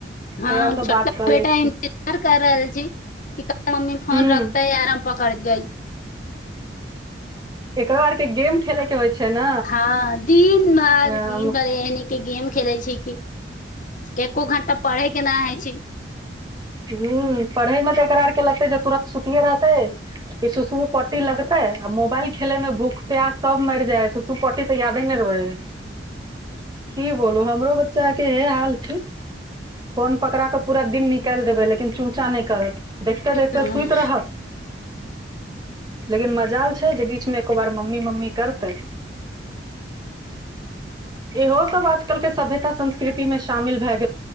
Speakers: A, on the left (about 45°); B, on the right (about 25°).
A: हँ
B: थोड़ा
A: हम
B: सा
A: छोटका
B: बात कऽ
A: बेटा
B: लै छी
A: इन्तजार कर रहल छी। मम्मी फोन
B: हुँ
A: रखत ह आर पक। कर दइ।
B: इकड़ वारक। गेम खेले के। छै ने
A: हँ दिन भार
B: अ
A: दिन भार एहने के गेम। खेलइ छै कि। एको घण्टा पढ़ै के नहि हइ छै।
B: ह पढ़े में तऽ एकरा आर के लगते जे तुरत सुतिये रहत। कि श सुशु पट्टी लगतै आ मोबाल खेलमे भूक। प्य क मर। सुसु पौटी तऽ यादे ने रहल। की बोलू हमरो ब। बच्चा के हे हाल छै फोन पकड़ा क पूरा दिन न। देबै लेकिन चूचा नहि करत देखते देखते
A: हँ
B: सुति रह लेकिन मजाल छै जे बीचमे एको बार मम्मी मम्मी करतै इहो सब आजकल के सभ। संस्कृति मे शामिल भए गेल।